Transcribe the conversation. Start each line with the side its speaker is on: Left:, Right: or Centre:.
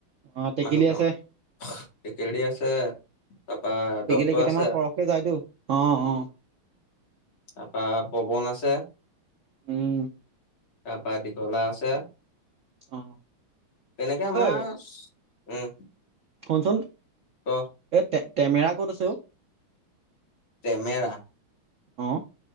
Right: অ টেকেলি
Left: মানুহ
Right: আছে
Left: টেকেলি আছে তাৰপা দত্ত
Right: টেকেলি কেইটামান
Left: আছে
Right: সৰহকে যায়তো অ অ।
Left: তাপা পৱন আছে
Right: উম
Left: তাপা দীঘলা আছে
Right: অ
Left: তেনেকে আমা
Right: ঐ
Left: উম
Right: শুনচোন
Left: ক
Right: এ তে তেমেৰা ক'ত আছে অ
Left: তেমেৰা
Right: অ